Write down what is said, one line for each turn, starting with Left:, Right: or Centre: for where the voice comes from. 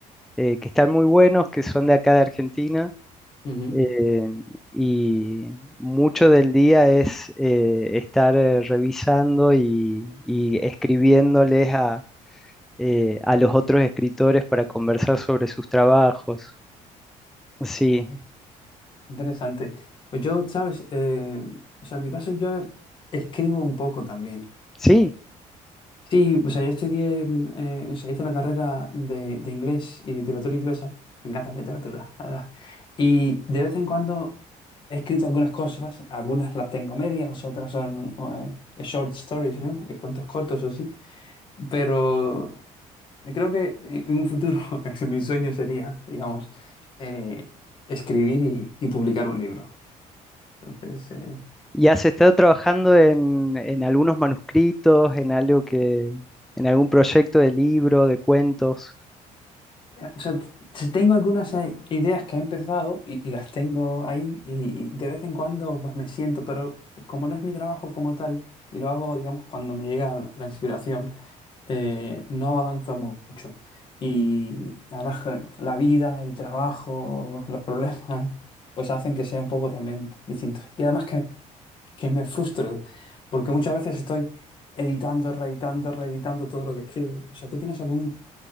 Centre: eh, que están muy buenos, que son de acá de Argentina.
Left: Ujú.
Centre: eh, y mucho del día es eh, estar eh, revisando y, y escribiéndoles a, eh, a los otros escritores para conversar sobre sus trabajos. Sí,
Left: Ay, qué Interesante. Pues yo, ¿sabes? Eh, o sea, en mi caso yo escribo un poco también,
Centre: sí.
Left: Sí, o sea, yo estudié, mm, eh, o sea, hice la carrera de, de inglés y literatura inglesa. Me encanta la literatura, la verdad. Y de vez en cuando he escrito algunas cosas, algunas las tengo medias, otras son eh, short stories, ¿no? Eh, Cuentos cortos o sí. Pero creo que en un futuro, <laughs> mi sueño sería, digamos, eh, escribir y, y publicar un libro. Entonces, eh,
Centre: Y has estado trabajando en, en algunos manuscritos, en algo que, en algún proyecto de libro, de cuentos.
Left: O sea, t- tengo algunas eh, ideas que he empezado y, y las tengo ahí y, y de vez en cuando pues me siento, pero como no es mi trabajo como tal y lo hago, digamos, cuando me llega la la inspiración, eh, no avanzo mu- mucho. Y ahora je- la vida, el trabajo, los problemas, pues hacen que sea un poco también distinto. Y además que, que me frustro, porque muchas veces estoy editando, reeditando, reeditando todo lo que escribo. O sea, ¿tú tienes algún